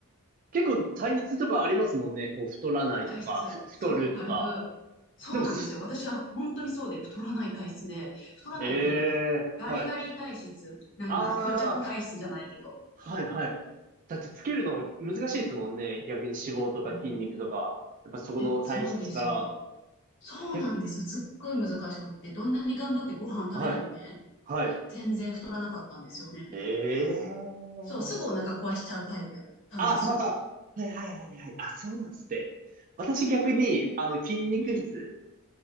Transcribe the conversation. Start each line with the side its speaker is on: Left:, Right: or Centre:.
Right: 結構体質とかありますもんね。こう、太らないとか、
Left: 体質。
Right: ふ太るとか。
Left: そう、ある。そうなんですよ。
Right: でもす、
Left: 私は本当にそうで、太らない体質で、太らないっていうかね、
Right: ええはい。
Left: ガリガリ体質、なんだろう、
Right: ああ、
Left: 虚弱体質じゃないけど。
Right: はい、はい。だってつけるの難しいですもんね。逆に脂肪とか筋肉とか。
Left: うん
Right: やっぱそこの体質から。
Left: え、そうですよ。そうなんですよ。
Right: え、
Left: すっごい難しくって、どんなに頑張ってご飯食べてもね、
Right: はい、はい。
Left: 全然太らなかったんですよね。
Right: ええ
Left: そう、
Right: いや、
Left: すぐお腹壊しちゃうタイプやったんですよ。
Right: そ、あはははい、はい、はい、はい。あ、そうなんすって。私逆に、
Left: そ
Right: あの、筋肉質
Left: う。うん。